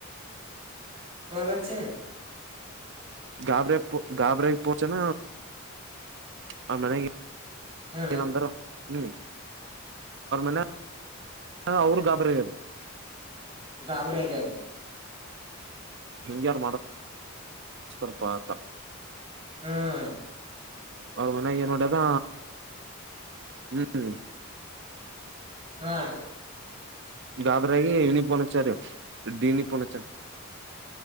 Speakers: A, on the right; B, on the right.
A: ಹನ್ಚ
B: ಗಾಬ್ರೆ ಪ ಗಾಬ್ರ ಪೋಚನ ಆ ಮನೆಗೆ
A: ಹ್ಮ
B: ಈ ನ ಹ್ಮ ಮೆ ಹಾ ಅವರು ಗಾಬರಿದು
A: ಡಾಬರ ಹಗನೆ
B: ಹಿಂಗ್ಯಾರು ಮಾಡತಪತ ಹ
A: ಹ್ಮ್
B: ಅವ್ರ ಮನೆಾಗ ನೋಡ್ಯಾರ ಹ್ಮ್
A: ಹ್ಮ
B: ಗಾಾದ್ರಾಗಿ ನಿ ಪೋನಚಾರಿ ಡೀಿನಿ ಪನಚಾರಿ